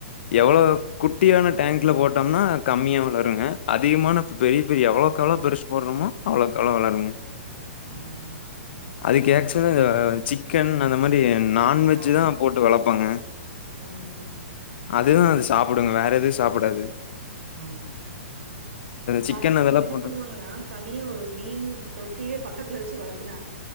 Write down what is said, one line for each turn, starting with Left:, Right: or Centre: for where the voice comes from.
Left: எவ்ளோ குட்டியான டேங்க்ல போட்டம்னா கம்மியா வளருங்க அதிகமான பெரிய பெரிய எவ்வளோக்கெவளோ பெருசு போடுறமோ அவ்வளோக்கவள வளருங்க
Right: ஆமாங்க
Left: அதுக்கு ஏக்சுவா சீ சிக்கன் அந்த மாரி நான்வெஜ்
Right: ஆ.
Left: தா போட்டு வளப்பாங்க
Right: ம். ம்,
Left: அதுதா அது சாப்புடுங்க வேற எது சாப்டாது
Right: ஆமா
Left: சிக்கன்
Right: தனிக்கு
Left: அதெல்லாம்
Right: இவங்க என்ன
Left: போட்டு
Right: பண்ணுவாங்கன்னா தனியா ஒரு மீன் தொட்டியே பக்கத்துல வச்சு வளத்துனாங்க